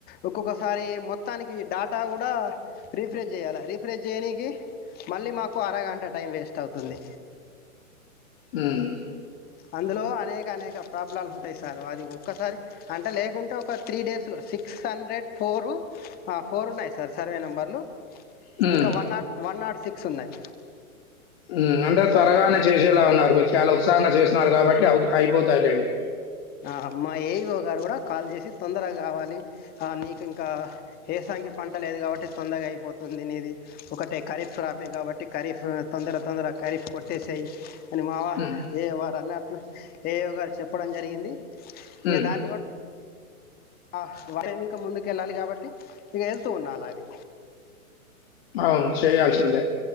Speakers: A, on the left; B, on the left.
A: ఒక్కొక్క సారీ మొత్తానికి డాటా కూడా రీఫ్రెజ్ చేయ్యాల రీఫ్రెజ్ చేయనికి మళ్ళీ మాకు అరగంట టైం వేస్ట్ అవుతుంది
B: హ్మ్
A: అందులో అనేక అనేక ప్రాబ్లాలు ఉంటాయి సార్ అది ఒక్కసారి అంటే లేకుంటే ఒక త్రీ డేస్లో సిక్స్ హండ్రెడ్ ఫోరు అ ఫోర్ ఉన్నాయి సార్ సర్వే నంబర్లు
B: హ్మ్.
A: ఇంకా one nought one nought six సున్నాయ్
B: మ్మ్ అంటే త్వరగానే చేసేలా ఉన్నారు మీరు చాలా ఉత్సాహంగ చేసినారు కాబట్టి అవుద్ అయిపోతైలేండి
A: ఆ మా ఏఈఓ గారు కూడ కాల్ చేసి తొందరగావాలి హ నీకు ఇంకా ఏసాంగి పంట లేదు కాబట్టి తొందరగా అయిపోతుంది నీది ఒకటే ఖరీఫ్ క్రాఫే కాబట్టి ఖరీఫ్ తొందర తొందర ఖరీఫ్ కొట్టేసేయ్ అని మావా
B: హ్మ్.
A: ఏ వరన్న ఏయో గారు చెప్పడం జరిగింది
B: హ్మ్.
A: ఇగ దాన్ని కూడ ఆ వరేమి ఇంక ముందుకెళ్ళాలి కాబట్టి ఇగ ఎళ్తూ ఉన్నా అలాగే
B: అవును చేయాల్సిందే